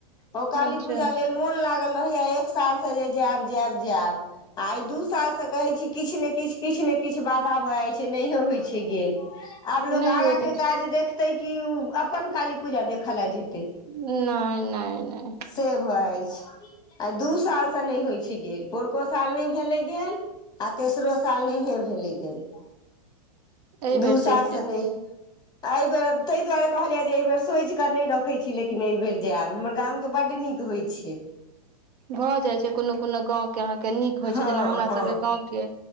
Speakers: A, on the left; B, on the right.
A: ओ काली
B: अच्छा
A: पूजा लेल मोन लागल रहै एक साल से जे जायब जायब जायब आ दू साल से कहै छी किछु ने किछु किछु ने किछ बाधा भऽ जा छै नहियो होइ छै गेल आब लोक
B: नहि
A: आगा
B: होइत
A: के
B: अछि
A: काज देख ते की अपन काली पूजा देखऽ ल जेतै
B: नहि नहि नहि
A: से भऽ जाय छै आइ दू सालसँ नहि होइ छै गेल पोरको साल नहि भेलै गेल आ तेसरो साल नहिेये भेल गेल
B: एहि बेर
A: दू
B: चलि
A: साल से
B: जायब
A: नहि एहि बेर ताहि दुआरे कहलियै जे एहि बेर सोचि कऽ नहि रखै छी लेकिन एहि बेर जायब हमर गामके बड्ड नीक होइ छै
B: भऽ जाइत छै कोनो कोनो गाँवके अहाँके नीक होइ
A: हँ
B: छै जेना हमरा
A: हँ
B: सभके गाँवके